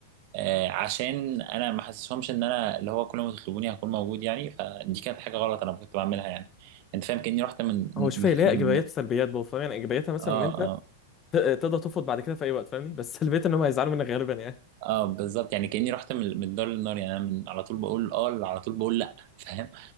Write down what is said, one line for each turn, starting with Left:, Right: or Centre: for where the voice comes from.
Right: آه، عشان انا ما حسسهمش ان انا اللي هو كل ما تطلبوني هكون موجود يعني فدي كانت حاجه غلط انا كنت بعملها يعني انت فاهم كاني رحت من <laughs>
Left: هو شوف هي ليها
Right: من-
Left: إيجابيات وسلبيات برضه فاهم يعني إيجابياتها مثلا
Right: اه
Left: إن أنت
Right: اه
Left: ت- تقدر ترفض بعد كده في أي وقت فاهمني بس سلبيتها إن هم هيزعلوا منك غالبا يعني
Right: اه بالظبط يعني كاني رحت من من الدار للنار يعني انا من على طول بقول اه على طول بقول لا <laughs> فاهم